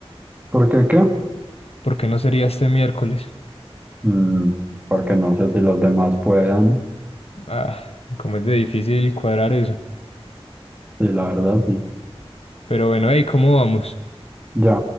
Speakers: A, on the right; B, on the left.
A: ¿Por qué qué?
B: ¿Por qué no sería este miércoles?
A: Mm, porque no sé si los demás puedan.
B: Ah, como es de difícil cuadrar eso.
A: Sí, la verdad sí.
B: Pero bueno, hey, ¿cómo vamos?
A: Ya.